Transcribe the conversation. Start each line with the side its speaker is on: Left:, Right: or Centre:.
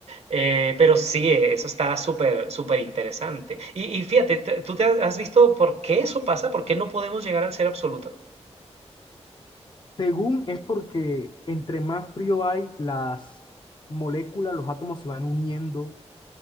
Right: eh, pero sí, eh, eso está súper, súper interesante. Y, y fíjate, te- ¿tú te has has visto por qué eso pasa? ¿Por qué no podemos llegar al ser absoluto?
Left: Según es porque entre más frío hay, las moléculas, los átomos se van uniendo